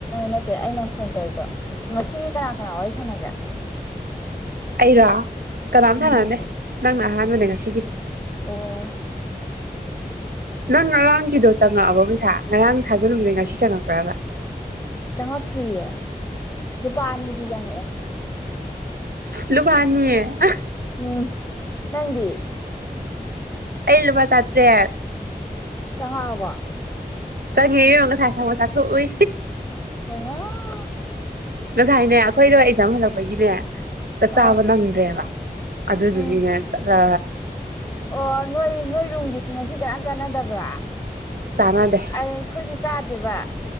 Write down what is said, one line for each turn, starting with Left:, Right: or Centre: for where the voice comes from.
Left: ꯅꯠꯇꯦ ꯑꯩ ꯅꯪ ꯐꯣꯟ ꯇꯧꯔꯤꯀꯣ ꯉꯁꯤ ꯀꯅꯥ ꯀꯅꯥ ꯋꯥꯔꯤ ꯁꯥꯟꯅꯒꯦ
Right: ꯑꯩꯔ ꯀꯅꯥꯝ
Left: ꯎꯝ
Right: ꯊꯥꯟꯅꯅꯅꯦꯦ ꯅꯪꯅ ꯑꯍꯥꯟꯕꯅꯦ ꯉꯁꯤ ꯁꯤ
Left: ꯑꯣ
Right: ꯅꯪ ꯔꯔꯥꯎꯟꯒꯤꯗꯣ ꯆꯪꯉꯛꯑꯕꯣ ꯄꯩꯁꯥ ꯉꯔꯥꯡ ꯊꯥꯖꯟꯂꯝꯗꯦ ꯉꯁꯤ ꯆꯪꯉ ꯐꯔ
Left: ꯆꯪꯉꯛꯇ꯭ꯔꯤꯌꯦ ꯂꯨꯄꯥ ꯑꯅꯤꯗꯤ ꯆꯪꯉꯛꯑꯦ
Right: ꯂꯨꯕꯥꯅꯤꯌꯦ ꯑ
Left: ꯎꯝ ꯅꯪꯗꯤ
Right: ꯑꯩꯂ ꯃꯥ ꯆꯠꯇꯦ ꯌꯥ
Left: ꯆꯍꯥ ꯋꯥ
Right: ꯆꯉ ꯌꯦ ꯃꯒꯁꯥꯏ ꯁ ꯃꯣꯁ ꯊꯣꯛꯏ
Left: ꯑꯣ
Right: ꯉꯁꯥꯏꯅꯦ ꯑꯩꯈꯣꯏꯗꯣ ꯑꯦꯛꯖꯥꯝ ꯍꯜꯂꯛꯄꯒꯤꯅꯦ ꯆꯥꯛ
Left: ꯑꯥ
Right: ꯆꯥꯕ ꯅꯪꯗ꯭ꯔꯦꯕ ꯑꯗꯨꯗꯨꯒꯤꯅꯦ
Left: ꯎꯝ
Right: ꯆꯠꯂ
Left: ꯑꯣ ꯅꯣꯏ ꯅꯣꯏ ꯔꯨꯝꯒꯤꯁꯨ ꯉꯁꯤ ꯀꯔꯝ ꯆꯥꯟꯅꯗꯕ꯭ꯔꯥ
Right: ꯆꯥꯟꯅꯗꯦ
Left: ꯑ ꯈꯣꯏꯖ ꯆꯥꯗꯦꯕ